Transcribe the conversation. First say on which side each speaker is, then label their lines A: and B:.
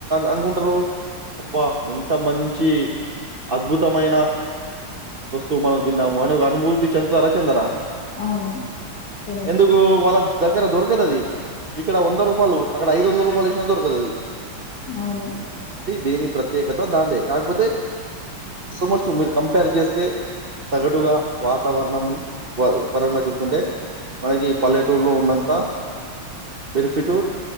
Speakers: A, on the right; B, on the left.
A: అనుకుంటారు అబ్బా ఎంత మంచి అద్భుతమైన వస్తువు మనం తిన్నాము అని ఒక అనుభూతి చెందుతారా చెందరా
B: అవును తెలీదా
A: ఎందుకు వాళ్ళ దగ్గర దొరకదది ఇక్కడ వంద రూపాయలు అక్కడ ఐదు వందల రూపాయలు ఇచ్చిన దొరకదు అది
B: అవును
A: దేని ప్రత్యేకత దాందే కాకపోతే ఫస్ట్ మీరు కంపేర్ చేస్తే సగటుగా వాతావరణం పరంగా చూసుకుంటే మనకి పల్లెటూలో ఉన్నంత బెనిఫిట్